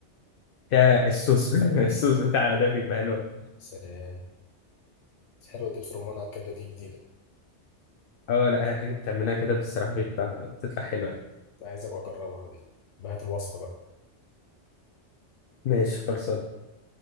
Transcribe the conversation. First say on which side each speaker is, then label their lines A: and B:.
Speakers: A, on the left; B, on the left.
A: فيها الصوص <laughs> الصوص بتاعها ده بيبقى حلو
B: سلام بس حلوه دبس رمان على الكبده دي جديده
A: اه لا هي حاجه بتعملها كده بصراحه بيطلع بتطلع حلوه يعني
B: انا عايز ابقى اجربها دي بهات الوصفه بقى
A: ماشي خلصان